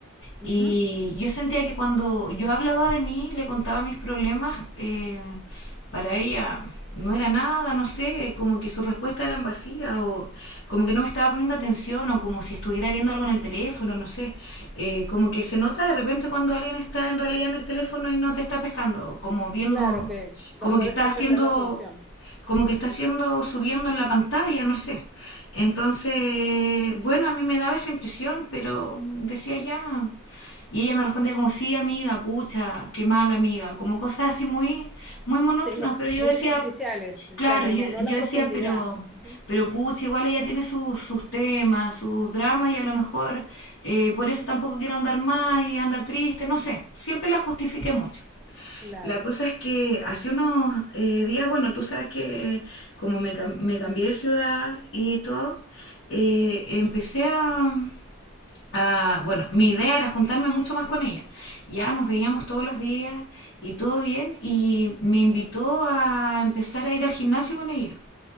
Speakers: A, in the centre; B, on the left.
A: Ujú.
B: Y yo sentía que cuando yo hablaba de mí, le contaba mis problemas, eh, para ella no era nada, no sé, como que sus respuestas eran vacías o como que no me estaba poniendo atención o como si estuviera viendo algo en el teléfono, no sé. Eh, como que se nota de repente cuando alguien está en realidad en el teléfono y no te está pescando, como viendo,
A: Claro que
B: como
A: no, no
B: que está
A: le estás
B: haciendo
A: prestando atención.
B: como
A: Ujú.
B: que está haciendo, subiendo en la pantalla, no sé. Entonces, bueno, a mí me daba esa impresión, pero decía ya. Y ella me respondía como, sí, amiga, pucha, qué mal, amiga. Como cosas así muy, muy monótonas.
A: Sí, mu-
B: Pero yo
A: muy,
B: decía,
A: superficiales,
B: claro,
A: claro,
B: yo,
A: no, no
B: yo
A: la
B: decía,
A: profundidad.
B: pero,
A: Ujú.
B: pero pucha, igual ella tiene sus, sus temas, sus dramas y a lo mejor eh, por eso tampoco quiero andar más y anda triste, no sé. Siempre la justifiqué mucho.
A: Claro.
B: La cosa es que hace unos eh, días, bueno, tú sabes que como me, cam- me cambié de ciudad y todo, eh, empecé a, a- Bueno, mi idea era juntarme mucho más con ella. Ya nos veíamos todos los días y todo bien, y me invitó a empezar a ir al gimnasio con ella.